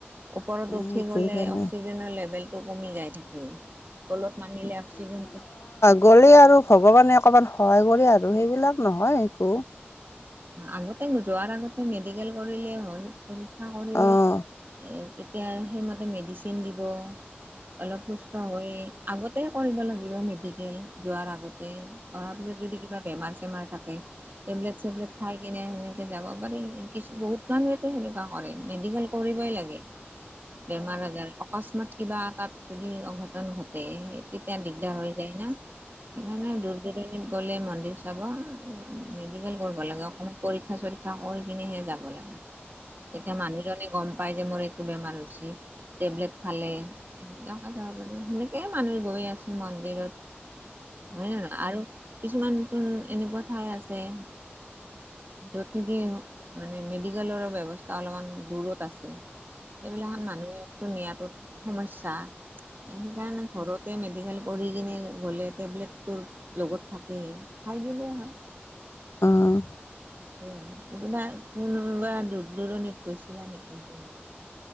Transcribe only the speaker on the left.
সেইটো
কাৰণে
গ'লেই আৰু ভগৱানে অকণমান সহায় কৰে আৰু সেইবিলাক নহয় একো।
অ
উমঁ।